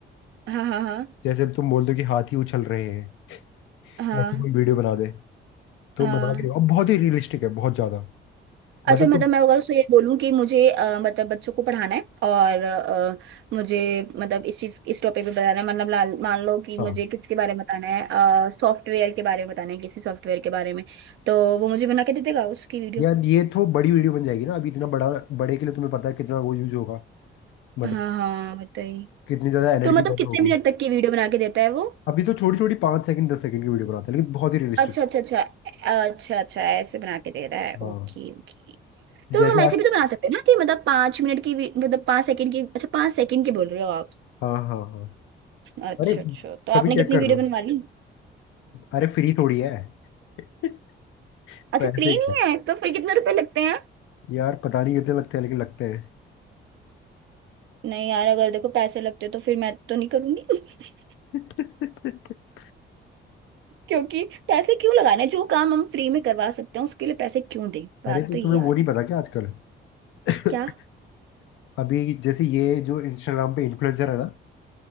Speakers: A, on the right; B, on the left.
A: हाँ हाँ हाँ
B: जैसे अब तुम बोल दो कि हाथी उछल रहे हैं
A: हाँ
B: ऐसे कोई वीडियो बना दे तो
A: हाँ
B: बना के देगा और बहुत ही रियलिस्टिक है बहुत ज्यादा मतलब
A: अच्छा मतलब
B: तो
A: मैं अगर उसको ये बोलूँ कि मुझे अ, मतलब बच्चों को पढ़ाना है और अ, मुझे मतलब इस चीज़ इस टॉपिक पे बताना है मतलब ला- मान लो कि मुझे
B: हाँ
A: किसके बारे में बताना है सॉफ्टवेयर के बारे में बताना है किसी सॉफ्टवेयर के बारे में तो वो मुझे बना के दे देगा उसकी वीडियो
B: यार ये तो बड़ी वीडियो बन जाएगी ना अभी इतना बड़ा बड़े के लिए तुम्हें पता है कितना वो यूज होगा मतलब
A: हाँ हाँ बताइए
B: कितनी ज्यादा एनर्जी
A: तो मतलब
B: बर्न
A: कितने
B: होगी
A: मिनट तक की वीडियो बना के देता है वो
B: अभी तो छोटी छोटी पाँच सेकंड दस सेकंड की वीडियो बनाते हैं लेकिन बहुत ही रियलिस्टिक
A: अच्छा अच्छा अच्छा अच्छा अच्छा ऐसे बना के दे रहा है
B: हाँ
A: Okay okay तो
B: जैसे
A: हम ऐसे
B: आज
A: भी तो बना सकते हैं ना कि मतलब पाँच मिनट की वी- मतलब पाँच सेकंड की अच्छा पाँच सेकंड की बोल रहे हो आप
B: हाँ हाँ हाँ
A: अच्छा
B: अरे
A: अच्छा तो
B: कभी
A: आपने
B: चेक
A: कितनी
B: कर
A: वीडियो
B: लो
A: बनवा ली
B: अरे फ्री थोड़ी है <laughs>
A: अच्छा
B: पैसे
A: फ्री नहीं
B: का
A: है तो फिर कितने रुपए लगते हैं
B: यार पता नहीं कितने लगते हैं लेकिन लगते हैं
A: नहीं यार अगर देखो पैसे लगते तो फिर मैं तो नहीं करूंगी <laughs>
B: <laughs>
A: क्योंकि पैसे क्यों लगाने जो काम हम फ्री में करवा सकते हैं उसके लिए पैसे क्यों दें बात
B: अरे तो
A: तो ये
B: तुम्हें
A: यार
B: वो नहीं पता क्या आजकल <laughs>
A: क्या
B: अभी जैसे ये जो इंस्टाग्राम पे इन्फ्लुएंसर है ना